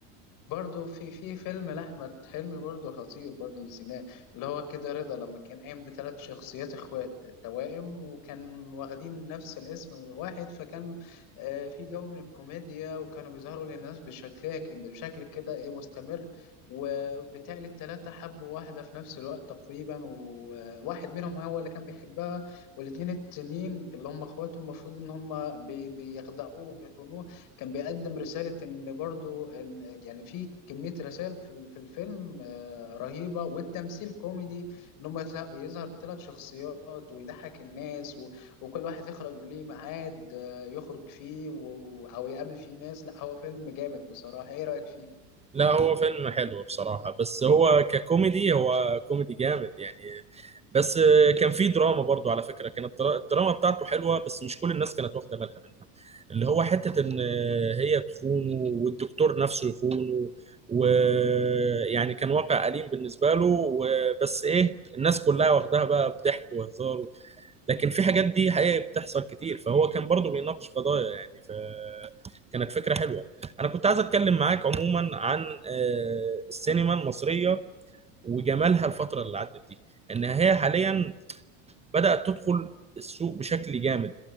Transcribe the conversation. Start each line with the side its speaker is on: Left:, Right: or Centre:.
Left: برضه في في فيلم لأحمد حلمي برضه خطير برضه نسيناه اللي هو كده رضا لما كان قايم بثلاث شخصيات اخوات توائم وكان واخدين نفس الاسم واحد فكان آه، في جو من الكوميديا وكانوا بيظهروا للناس بشكل بشكل كده ايه مستمر وبالتالي التلاتة حبوا واحدة في نفس الوقت تقريبا وواحد منهم هو اللي كان بيحبها والاتنين التانيين اللي هم اخواته المفروض ان هم بي- بيخدعوه وبيخونوه كان بيقدم رسالة إن برضو إن يعني في كمية رسائل في ال- في الفيلم آه، رهيبة والتمثيل كوميدي إن هم يت- يظهر بثلاث شخصيات ويضحك الناس و- وكل واحد يخرج ليه ميعاد آه، يخرج فيه و- أو يقابل فيه ناس لا هو فيلم جامد بصراحة إيه رأيك فيه؟
Right: لا هو فيلم حلو بصراحة بس هو ككوميدي هو كوميدي جامد يعني بس كان في دراما برضو على فكرة كانت درا- الدراما بتاعته حلوة بس مش كل الناس كانت واخدة بالها منها اللي هو حتة إن هي تخونه والدكتور نفسه يخونه ويعني كان واقع أليم بالنسبة له وبس إيه الناس كلها واخداها بقى بضحك وهزار لكن في حاجات دي حقيقة بتحصل كتير فهو كان برضو بيناقش قضايا يعني فكانت فكرة حلوة أنا كنت عايز أتكلم معاك عموما عن آه، السينما المصرية وجمالها الفترة اللي عدت دي إن هي حاليا بدأت تدخل السوق بشكل جامد